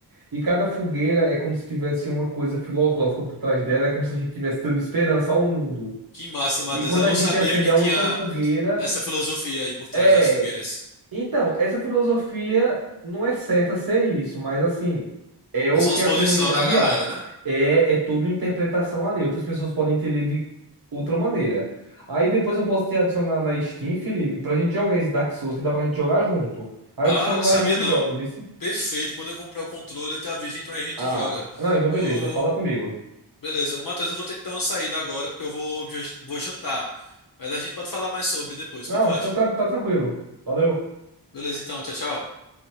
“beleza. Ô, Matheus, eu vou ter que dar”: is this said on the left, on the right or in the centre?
Left